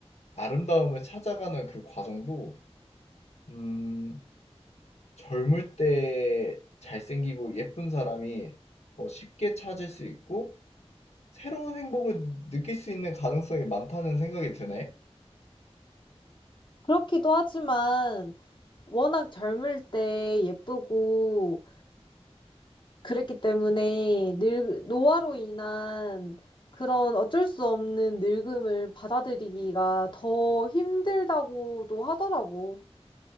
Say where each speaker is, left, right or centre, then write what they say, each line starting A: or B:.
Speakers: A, on the left (about 75°); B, on the left (about 45°).
A: 아름다움을 찾아가는 그 과정도 음 젊을 때 잘생기고 예쁜 사람이 더 쉽게 찾을 수 있고 새로운 행복을 느낄 수 있는 가능성이 많다는 생각이 드네.
B: 그렇기도 하지만 워낙 젊을 때 예쁘고 그랬기 때문에 늙, 노화로 인한 그런 어쩔 수 없는 늙음을 받아들이기가 더 힘들다고도 하더라고.